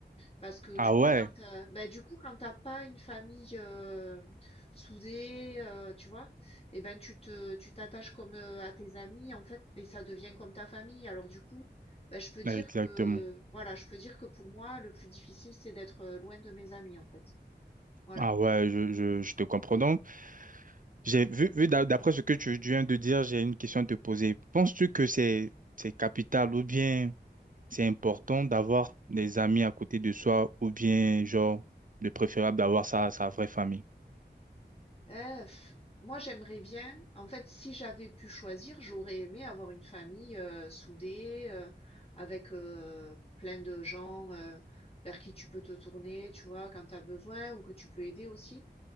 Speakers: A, on the left (about 35°); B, on the right (about 50°).
A: Parce que
B: Ah
A: du coup,
B: ouais,
A: quand euh, bah, du coup, quand t'as pas une famille euh, soudée, euh, tu vois, eh ben tu te tu t'attaches comme euh, à tes amis, en fait, et ça devient comme ta famille. Alors du coup, bah, je peux dire
B: exactement.
A: que voilà, je peux dire que pour moi, le plus difficile, c'est d'être euh, loin de mes amis, en fait. Voilà.
B: Ah ouais, je, je, je te comprends. Donc, j'ai vu, vu d'a- d'après ce que tu viens de dire, j'ai une question à te poser. Penses-tu que c'est, c'est capital ou bien c'est important d'avoir des amis à côté de soi ou bien, genre, le préférable d'avoir sa, sa vraie famille?
A: Heu, moi j'aimerais bien en fait, si j'avais pu choisir, j'aurais aimé avoir une famille, heu, soudée, heu, avec, heu, plein de gens, heu, vers qui tu peux te tourner, tu vois? Quand tu as besoin ou que tu peux aider aussi.